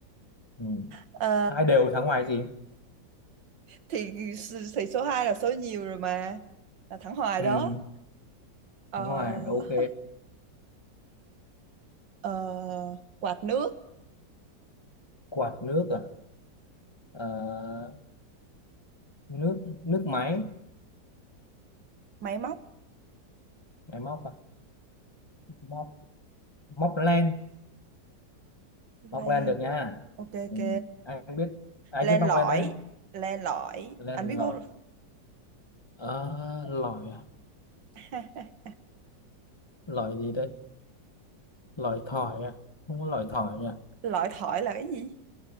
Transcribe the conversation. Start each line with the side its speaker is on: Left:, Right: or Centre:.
Left: Ừ.
Right: Ờ,
Left: hai đều thắng ngoài gì
Right: thì thì số 2 là số nhiều rồi mà. Là thắng hoài
Left: ừ.
Right: đó. Ờ,
Left: thắng ngoài ok
Right: ờ, quạt nước,
Left: quạt nước à Ờ, nước nước máy
Right: máy móc,
Left: máy móc à móc móc len móc
Right: len.
Left: len được nha
Right: Ok ok.
Left: ừ. anh biết anh
Right: Len
Left: biết móc
Right: lỏi,
Left: len đấy
Right: len lỏi.
Left: len
Right: Anh biết
Left: lỏi
Right: không?
Left: Ờ, lỏi à
Right: <laughs>
Left: lỏi gì đây lỏi thỏi à không có lỏi thỏi nhỉ
Right: Lõi thỏi là cái gì?